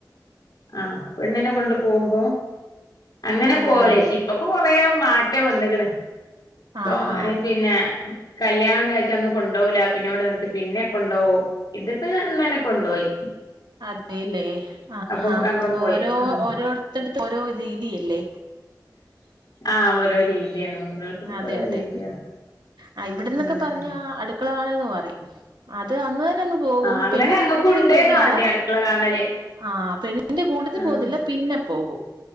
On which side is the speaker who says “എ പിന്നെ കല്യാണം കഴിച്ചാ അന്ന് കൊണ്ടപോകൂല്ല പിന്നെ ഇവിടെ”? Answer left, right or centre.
Left